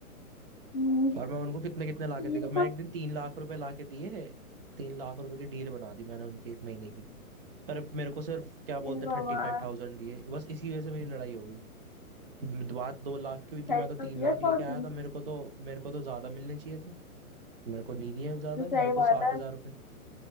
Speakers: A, on the left (about 35°); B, on the right (about 40°).
A: हम्म,
B: और मैं उनको कितने कितने लाके
A: ये
B: देगा मैं
A: तो
B: एक दिन तीन लाख रुपए लाके दिए तीन लाख रुपए की डील बना दी मैंने उनकी एक महीने की पर मेरे को सिर्फ क्या बोलते
A: हे भगवान
B: थर्टी फाइव थाउजेंड दिए बस इसी वजह से मेरी लड़ाई हो गई बात दो लाख की हुई थी
A: सही
B: मैं तो
A: तो
B: तीन
A: किया
B: लाख
A: छोड़
B: लेके
A: दी
B: आया था मेरे को तो मेरे को तो ज्यादा मिलने चाहिए थे मेरे को नहीं दिए ज्यादा
A: जो सही
B: मेरे को
A: बात
B: साठ
A: है
B: हजार रुपये